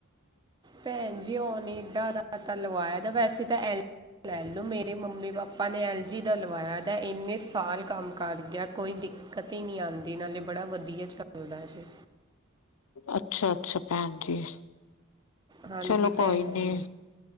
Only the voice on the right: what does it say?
ਭੈਣ ਜੀ ਓਨ ਏਡਾਂ ਦਾ ਤਾਂ ਲਵਾਇਆ ਵੈਸੇ ਤਾਂ ਐਲ ਲੈ ਲਓ ਮੇਰੇ ਮੰਮੀ ਪਾਪਾ ਨੇ ਐਲ ਜੀ ਦਾ ਲਵਾਇਆ ਦਾ ਇੰਨੇ ਸਾਲ ਕੰਮ ਕਰ ਗਿਆ। ਕੋਈ ਦਿੱਕਤ ਹੀ ਨੀ ਆਉਂਦੀ ਨਾਲੇ ਬੜਾ ਵਧੀਆ ਚੱਲਦਾ ਜੀ।
ਹਾਂਜੀ
ਭੈਣ
ਜੀ।